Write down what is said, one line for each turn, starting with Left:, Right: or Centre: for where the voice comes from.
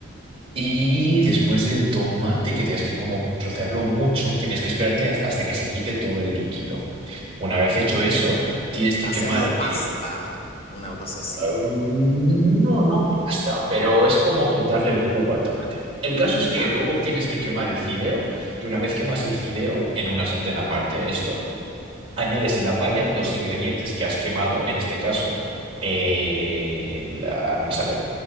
Right: Y después del tomate, que tenías que como trocearlo mucho, tenías que esperarte has- hasta que se quite todo el líquido. Una vez hecho eso, tienes que
Left: Hacerlo
Right: quemar,
Left: pasta,
Right: eh,
Left: una cosa así.
Right: um, no, no pasta, pero es como quitarle el jugo al tomate. El caso
Left: Ya.
Right: es que luego tienes que quemar el fideo y una vez quemas
Left: Ujú,
Right: el fideo en una sartén aparte, esto. Añades en la
Left: ujú.
Right: paella los ingredientes que has quemado, en este caso, eh, la- no me sale,